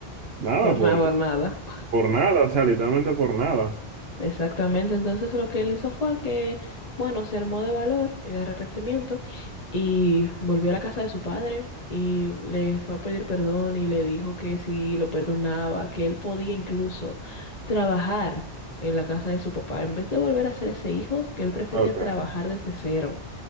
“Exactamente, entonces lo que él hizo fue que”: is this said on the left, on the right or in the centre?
Left